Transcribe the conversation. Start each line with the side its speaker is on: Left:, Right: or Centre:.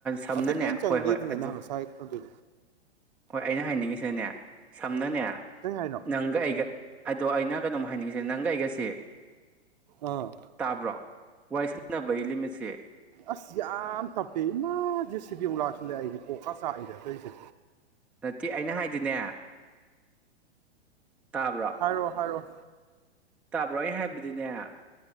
Centre: ꯁꯝꯅꯅꯦ
Right: ꯑꯇꯩ ꯀꯦꯝ ꯆꯪꯗꯦ
Centre: ꯍꯣꯏ ꯍꯣꯏ
Right: ꯗꯨꯅ
Centre: ꯑꯗꯨ
Right: ꯅꯪ ꯁꯥꯏꯛꯣꯏꯗꯤ
Centre: ꯍꯣꯏ ꯑꯩꯅ ꯍꯥꯏꯅꯤꯡꯉꯤꯁꯤꯅꯦ ꯁꯝꯅꯅꯦ
Right: ꯀꯩ ꯍꯥꯏꯅꯣ
Centre: ꯅꯪꯒ ꯑꯩꯒ ꯑꯗꯣ ꯑꯩꯅ ꯀꯩꯅꯣꯝ ꯍꯥꯏꯅꯤꯡꯉꯤꯁꯦ ꯅꯪ ꯑꯩꯒ ꯁꯦ
Right: ꯑꯥ
Centre: ꯇꯥꯕ꯭ꯔꯣ ꯋꯥꯏꯁꯟꯅꯕꯒꯤ ꯂꯤꯃꯤꯠꯁꯦ
Right: ꯑꯁ ꯌꯥꯝ ꯇꯞꯄꯤ ꯏꯃꯥꯁꯦ ꯁꯤꯕꯨ ꯂꯥꯛꯁꯨꯜꯂꯦ ꯑꯩꯁꯦ ꯀꯣꯛꯀꯥ ꯆꯥꯛꯏꯗꯠꯇꯣꯏꯁꯦ
Centre: ꯅꯠꯇꯦ ꯑꯩꯅ ꯍꯥꯏꯗꯤꯅꯦ ꯇꯥꯕ꯭ꯔꯣ
Right: ꯍꯥꯏꯔꯣ ꯍꯥꯏꯔꯣ
Centre: ꯇꯥꯕ꯭ꯔꯣ ꯍꯥꯏꯕꯗꯤꯅꯦ